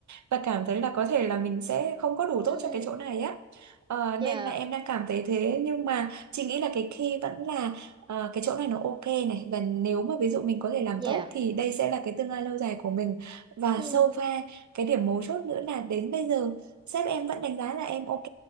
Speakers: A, on the right; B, on the right.
A: và cảm thấy là có thể là mình sẽ không có đủ
B: ừ
A: tốt cho cái chỗ này á. Ờ,
B: dạ
A: nên là em đang cảm thấy thế nhưng mà chị nghĩ là cái key vẫn là ờ, cái chỗ này nó ok này và nếu mà ví dụ mình có thể làm
B: dạ
A: tốt thì đây sẽ là cái tương lai lâu dài của mình và
B: ừ
A: so far cái điểm mấu chốt nữa là đến bây giờ sếp em vẫn đánh giá là em ok